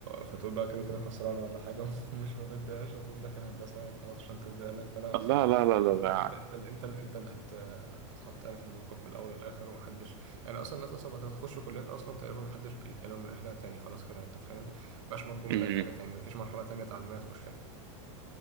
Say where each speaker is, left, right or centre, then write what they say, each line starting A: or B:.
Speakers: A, on the right; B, on the right.
A: فتقول بقى كده كده خسرانه ولا حاجه <laughs> ومش ما بدهاش وتقوم داخل هندسه بقى وخلاص عشان ترضي اهلك فلا
B: لا لا لا
A: فشوف
B: لا
A: انت انت انت اللي انت اللي انت اللي هت هتحط يعني في الموقف في الاول والاخر ومحدش يعني اصلا الناس اصلا بعد ما تخش كليات اصلا تقريبا محدش بيكلم من اهلها تاني خلاص كده انت فاهم مبقاش مرجو منك
B: لا
A: حاجه تاني مفيش مرحله تانيه تعليميه تخشها